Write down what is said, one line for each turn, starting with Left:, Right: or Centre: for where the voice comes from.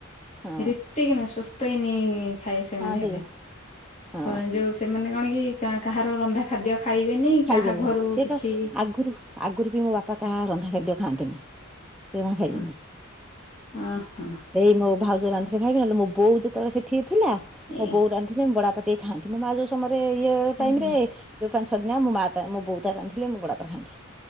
Centre: ହଁ
Left: ରେ ସେତିକ ନୁଁହ ସୁସ୍ଥ ହେଇନି ଖାଇ ସେମାନେ
Centre: ହଁ ସେ
Left: ହେବେ।
Centre: ହଁ
Left: ସ ଯୋଉ ସେମାନେ କଣ କି କା କାହାର ରନ୍ଧା ଖାଦ୍ୟ ଖାଇବେନି
Centre: ଖାଇବେନି
Left: କାହା ଘରୁ
Centre: ସିଏ
Left: କିଛି
Centre: ତ ଆଗରୁ ଆଗରୁ ବି ମୋ ବାପା କାହା ରନ୍ଧା ଖାଦ୍ୟ ଖାଆନ୍ତିନି। ସେ ଜମା ଖାଇବେନି।
Left: ଅ ଓହୋ
Centre: ଏଇ ମୋ ଭାଉଜ ରାନ୍ଧିଥିଲେ ଖାଇବେ ନହେଲେ ମୋ ବୋଉ ଯେତେବେଳେ ସେଠି ଥିଲା
Left: ଏ
Centre: ମୋ ବୋଉ ରାନ୍ଧିଲେ ମୋ ବଡବାପା ଟିକେ ଖାଆନ୍ତି। ମୋ ମା ଯୋଉ ସମୟରେ ଇଏ
Left: ହୁଁ
Centre: ଟାଇମ
Left: ହୁଁ
Centre: ରେ ଯୋଉ ପାଞ୍ଚ ଛଅ ଦିନ ଆ ମୋ ମା ମୋ ବୋଉତା ରାନ୍ଧିଲେ ମୋ ବଡବାପା ଖାଆନ୍ତି।